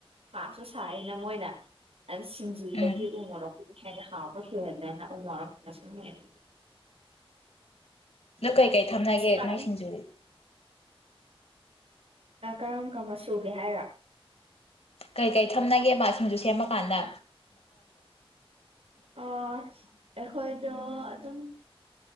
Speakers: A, on the right (about 80°); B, on the left (about 85°).
A: ꯁꯥ ꯁꯨ ꯁꯥꯏꯅ ꯃꯣꯏꯅ ꯑꯗꯨꯅ ꯁꯤꯡꯖꯨꯒꯤꯗꯗꯤ
B: ꯎꯝ
A: ꯎꯃꯣꯔꯣꯛꯀꯤꯅ ꯍꯦꯟꯅ ꯍꯥꯎꯕ ꯍꯦꯜꯂꯦꯅ ꯎ ꯃꯣꯔꯣꯛꯅ ꯁꯨꯝ ꯃꯦꯠꯂꯦ
B: ꯀꯩꯀꯩ ꯊꯝꯅꯒꯦ
A: ꯑꯁ
B: ꯅꯣꯏ ꯁꯤꯡꯖꯨꯗꯤ
A: ꯀꯔꯝ ꯀꯔꯝꯕ ꯁꯨꯒꯦ ꯍꯥꯏꯔꯣ
B: ꯀꯩ ꯀꯔꯤ ꯊꯝꯅꯒꯦꯕꯁꯤꯡꯗꯨ ꯁꯦꯝꯃꯀꯥꯟꯗ
A: ꯑ ꯑꯩꯈꯣꯏꯗꯣ ꯑꯗꯨꯝ